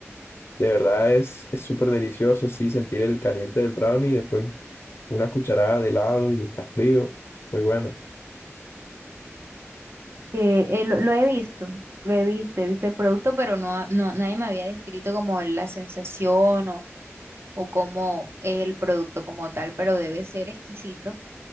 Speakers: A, on the left; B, on the right.
A: de verdad es es súper delicioso, sí, sentir el caliente del brownie y después una cucharada de helado y está frío. Muy bueno.
B: que, eh, lo, lo he visto, lo he visto, he visto el producto, pero no, no, nadie me había descrito como la sensación o o como el producto como tal, pero debe ser exquisito.